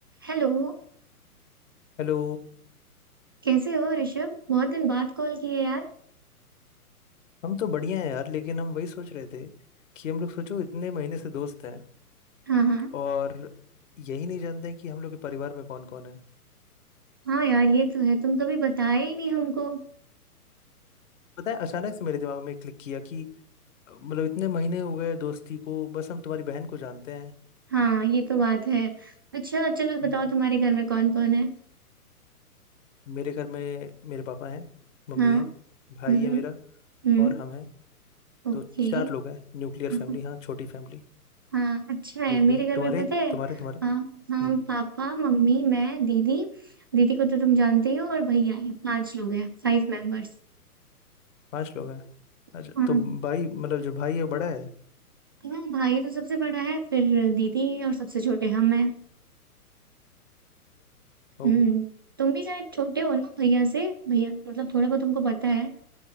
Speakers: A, on the right (about 15°); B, on the left (about 55°).
A: हेलो
B: Hello
A: कैसे हो ऋषभ बहुत दिन बाद कॉल किए यार
B: हम तो बढ़िया हैं यार लेकिन हम वही सोच रहे थे कि हम लोग सोचो इतने महीने से दोस्त हैं
A: हाँ हाँ
B: और यही नहीं जानते हैं कि हम लोग के परिवार में कौन कौन है
A: हाँ यार ये तो है तुम कभी बताए ही नहीं हमको
B: पता है अचानक से मेरे दिमाग में क्लिक किया कि अ, मतलब इतने महीने हो गए दोस्ती को बस हम तुम्हारी बहन को जानते हैं
A: हाँ ये तो बात है अच्छा चलो
B: हम्म।
A: बताओ तुम्हारे घर में कौन कौन है
B: मेरे घर में मेरे पापा हैं मम्मी
A: हाँ
B: है भाई
A: हम्म
B: है मेरा
A: हम्म
B: और हम हैं
A: ओके
B: तो चार लोग हैं न्यूक्लियर
A: हाँ
B: फैमिली
A: हाँ
B: हाँ छोटी फैमिली
A: हाँ, अच्छा है
B: न्यूक्लियर
A: मेरे घर
B: तुम्हारे
A: में पता है
B: तुम्हारे तुम्हारे
A: हाँ हाँ
B: हम्म
A: पापा मम्मी मैं दीदी दीदी को तो तुम जानते ही हो और भैया है पांच लोग हैं फाइव मेंबर्स
B: पांच लोग हैं अच्छा
A: हाँ
B: तो भाई मतलब जो भाई है वो बड़ा है
A: हाँ भाई तो सबसे बड़ा है फिर दीदी और सबसे छोटे हम हैं
B: ओ
A: हम्म तुम भी शायद छोटे हो ना भैया से भैया मतलब थोड़ा बहुत तुमको पता है